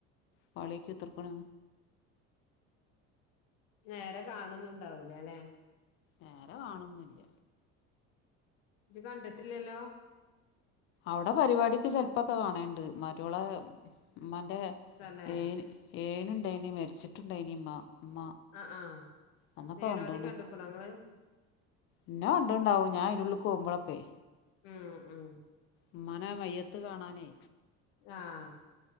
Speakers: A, on the left; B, on the left.
A: പാളി നോക്കി കുത്തർക്കണേ
B: നേരെ കാണുന്നുണ്ടാവൂല അല്ലെ
A: നേരെ കാണൊന്നുല്ല
B: ഞ് കണ്ടിട്ടില്ലല്ലോ
A: അവടെ പരിവാടിക്ക് ചെലപ്പൊക്കെ കാണല്ണ്ട് മരോളെ ഇമ്മാന്റെ
B: തന്നെ
A: ഏയ്‌ന് ഏയ്ന്ണ്ടായിന് മരിച്ചിട്ട്ണ്ടായിന് ഇമ്മ ഉമ്മ
B: ആഹ് ആഹ്
A: അന്നൊക്കെ
B: നേരവതി
A: കണ്ട്ണ്
B: കണ്ട്ക്ക്ണോങ്ങള്
A: ഇന്നെ കണ്ട്ണ്ടാവും ഞാൻ അയന്റെ ഉളള്‌ക്കോവുമ്പഴക്കെ
B: ഉം ഉം
A: ഇമ്മാനെ മയ്യത്ത് കാണാനേ
B: ആഹ്